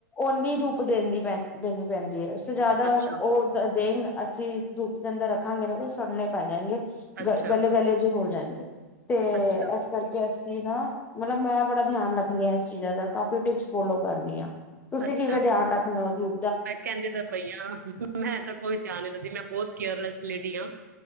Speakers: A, on the left; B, on the right.
A: ਉਹਨੀ ਧੁਪ ਦੇਣੀ ਪੈ ਦੇਣੀ ਪੈਂਦੀ ਤੇ ਜ਼ਿਆਦਾ
B: ਅੱਛਾ,
A: ਹਣ ਉਹ ਦੇੇਯ, ਅਸੀਂ ਧੂਪ ਦੇ ਅੰਦਰ ਰੱਖਾਂਗੇ ਨਾ ਤਾਂ ਉਹ ਸੜਨੇ ਪੈ ਜਾਏਗੇ।
B: ਅੱਛਾ,
A: ਗ- ਗਲੇ-ਗੱਲ ਜੇ ਹੋ ਜਾਨ <inaudible> ਤੇ
B: ਅੱਛਾ,
A: ਇਸ ਕਰਕੇ ਅਸੀ ਨਾ ਮਤਲਬ ਮੈਂ ਬੜਾ ਧਿਆਨ ਰੱਖ ਲਿਆ ਆ ਇਸ ਚੀਜ਼ਾਂ ਦਾ ਕਾਫੀ ਟਿਪਸ ਫੋਲੋ ਕਰਨੀ ਆ। ਤੁਸੀਂ
B: ਅੱਛਾ।
A: ਕਿਵੇਂ ਧਿਆਨ ਰੱਖਣਾ ਦੂ
B: ਮੈਂ ਕਹਿੰਦੀ ਤ ਪਈਆ ਮੈਂ ਤਾਂ ਕੋਈ ਧਿਆਨ ਨ ਦੇਂਦੀ ਮੈਂ ਬਹੁਤ ਕੇਅਰਲੈਸ ਲੇਡੀ ਹਾਂ